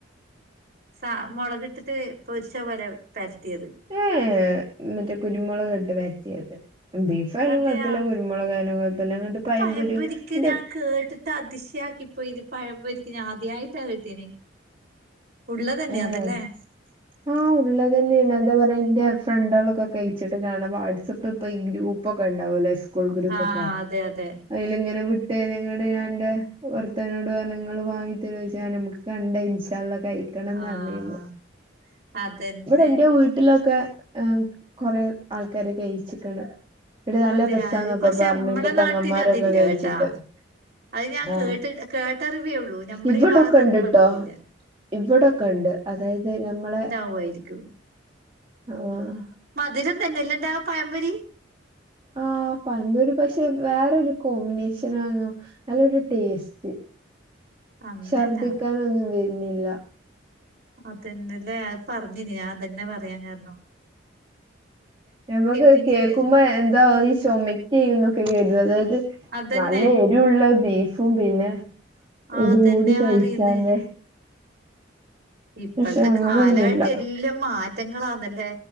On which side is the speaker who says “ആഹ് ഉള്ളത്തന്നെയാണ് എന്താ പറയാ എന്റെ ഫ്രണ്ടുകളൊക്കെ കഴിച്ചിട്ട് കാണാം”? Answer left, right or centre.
Right